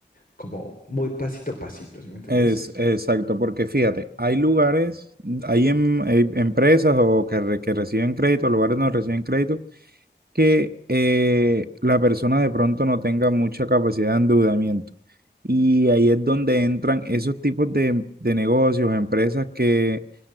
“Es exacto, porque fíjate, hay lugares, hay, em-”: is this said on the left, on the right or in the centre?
Right